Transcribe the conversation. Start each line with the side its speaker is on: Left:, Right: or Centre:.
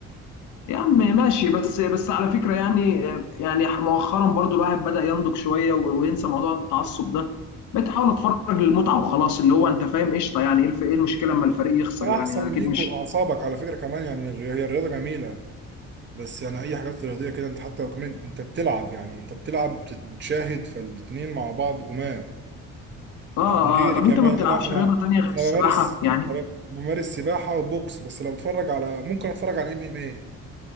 Left: يا عم ماشي بس بس على فكرة يعني يعني مؤخرا برضو الواحد بدأ ينضج شوية و- وينسى موضوع التعصب ده بقيت احاول اتفرج للمتعة وخلاص اللي هو انت فاهم قشطة يعني ايه الف- إيه المشكلة اما الفريق يخسر
Right: احسن
Left: يعني اكيد
Right: ليك
Left: مش
Right: ولاعصابك على فكره كمان يعني الري- هي الرياضه جميله بس يعني اي حاجات رياضيه كده انت حتى لو كمان انت بتلعب يعني انت بتلعب بت- بتشاهد فالاتنين مع بعض جماع
Left: اه
Right: يعني غيري
Left: اه طب
Right: كمان
Left: انت ما بتلعبش
Right: انا انا
Left: رياضة تانية غير
Right: انا
Left: السباحة
Right: بمارس
Left: يعني
Right: أنا بمارس سباحه وبوكس بس لو بتفرج على ممكن اتفرج على الام ام اي